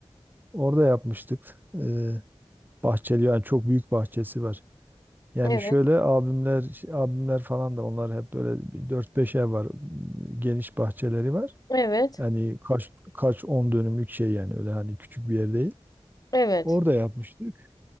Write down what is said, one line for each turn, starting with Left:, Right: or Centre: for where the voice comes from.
Right: Orada yapmıştık. Eee bahçeli yani çok büyük bahçesi var. Yani
Left: Evet.
Right: şöyle abimler şey, abimler falan da onlar hep böyle bir 4-5 ev var. Geniş bahçeleri var.
Left: Evet.
Right: Yani kaç kaç 10 dönümlük şey yani öyle hani küçük bir yer değil.
Left: Evet.
Right: Orada yapmıştık.